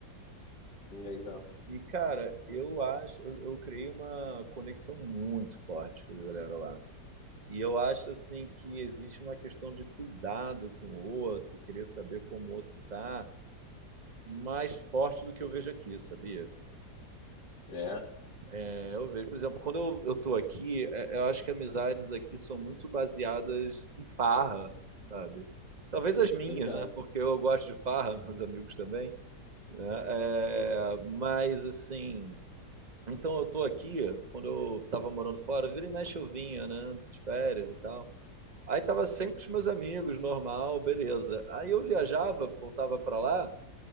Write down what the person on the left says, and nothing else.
Legal.
É,
verdade.